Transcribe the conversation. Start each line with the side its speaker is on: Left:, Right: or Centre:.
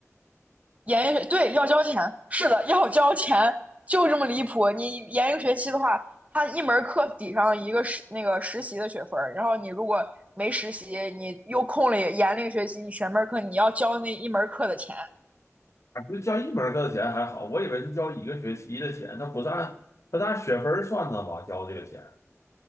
Right: 研一学对要交钱，是的，要交钱，就这么离谱。你研一个学期的话，他一门课抵上一个实那个实习的学分然后你如果没实习，你又空了研了一个学期，你选门课你要交那一门课的钱，
Left: 啊就交一门课的钱还好，我以为是交一个学期的钱，那不是按那是按学分儿算的吧？交这个钱。